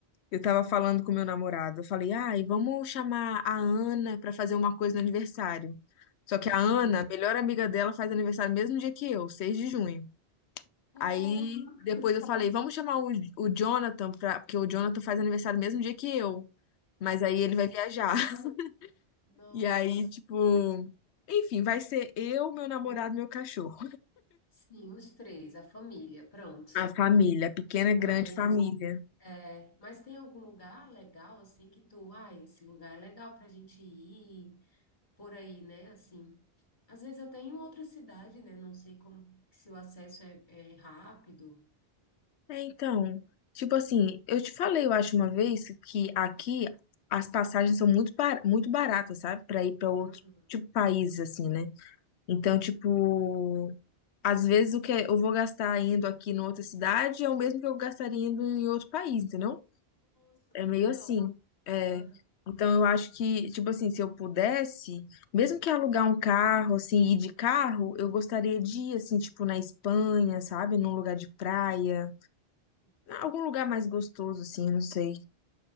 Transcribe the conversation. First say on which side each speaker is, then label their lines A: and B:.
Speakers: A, on the left; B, on the left.
A: Eu tava falando com meu namorado. Eu falei, ai, vamos chamar a Ana pra fazer uma coisa no aniversário. Só
B: Aham.
A: que a Ana, a melhor amiga dela, faz aniversário no mesmo dia que eu, 6 de junho.
B: Porra.
A: Aí depois eu falei, vamos chamar o, o Jonathan, pra, porque o Jonathan faz aniversário no mesmo dia que eu. Mas aí ele vai viajar. <laughs>
B: Nossa.
A: E aí, tipo, enfim, vai ser eu, meu namorado, meu cachorro.
B: Sim, os três, a família, pronto.
A: A família, a pequena, grande
B: Mas,
A: família.
B: é, mas tem algum lugar legal, assim, que tu, ah, esse lugar é legal pra gente ir, por aí, né, assim. Às vezes até em outra cidade, né, não sei como, se o acesso é, é rápido.
A: É, então, tipo assim, eu te falei, eu acho uma vez que aqui as passagens são muito, bar muito baratas, sabe? Pra ir pra outro
B: Aham,
A: tipo país assim, né? Então,
B: sim.
A: tipo, às vezes o que é, eu vou gastar indo aqui em outra cidade é o mesmo que eu gastaria indo em outro país, entendeu?
B: Nossa,
A: É
B: legal.
A: meio assim. É.
B: Aham.
A: Então, eu acho que, tipo assim, se eu pudesse, mesmo que alugar um carro, assim, ir de carro, eu gostaria de ir, assim, tipo, na Espanha, sabe? Num lugar de praia
B: sim.
A: Algum lugar mais gostoso, assim, não sei.